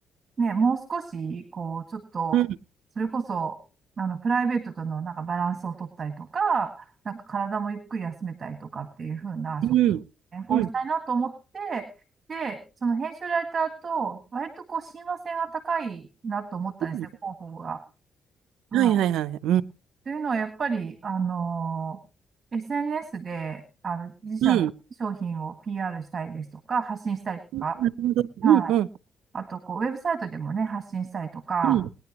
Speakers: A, on the right; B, on the right.
A: う、ね、もう少し、こう、ちょっと、
B: う。うん。
A: それこそ、あの、プライベートとのなんかバランスを取ったりとか、なんか体もゆっくり休めたりとかっていう風な職、
B: うん。
A: 変更したいなと思って、
B: うん。
A: で、その編集ライターと、割とこう、親和性が高いなと思ったんですね、
B: うん
A: 広報が。はい
B: はいはいはい。うん。
A: というのは、やっぱり、あの SNS で、あの、自社の商品を
B: うん。
A: PR したりですとか、発信したりとか、
B: うんなるほど。
A: はい。
B: うんうん
A: あと、こう、ウェブサイトでもね、発信したりとか、
B: うん。